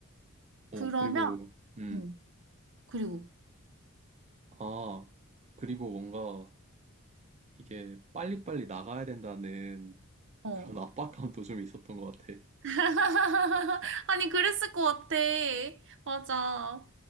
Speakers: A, on the right; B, on the right.
A: 어,
B: 그러면,
A: 그리고, 음,
B: 응. 그리고,
A: 아, 그리고 뭔가 이게 빨리빨리 나가야 된다는
B: 어.
A: 그런 압박감도 좀 있었던 것 같아.
B: <laughs> 아니, 그랬을 것 같아. 맞아.